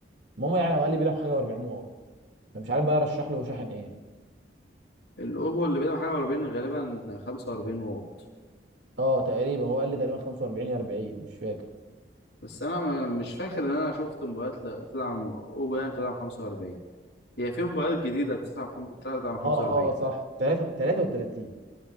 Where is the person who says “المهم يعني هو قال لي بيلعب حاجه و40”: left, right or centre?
Right